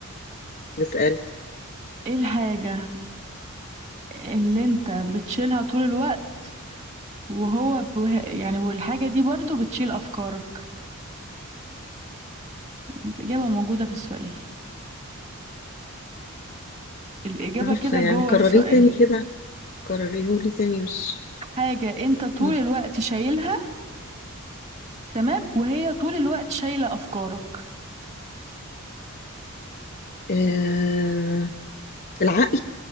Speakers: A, on the left; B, on the right.
A: نسأل
B: ايه الحاجة اللي انت بتشيلها طول الوقت وهو بوه... يعني والحاجة دي برضو بتشيل افكارك الإجابة موجودة في السؤال الإجابة
A: عارفة
B: كده
A: يعني
B: جوه
A: قرريه
B: السؤال
A: تاني كده قرريه لي تاني مش
B: حاجة انت طول
A: مم.
B: الوقت شايلها تمام وهي طول الوقت شايلة افكارك
A: آه... العقل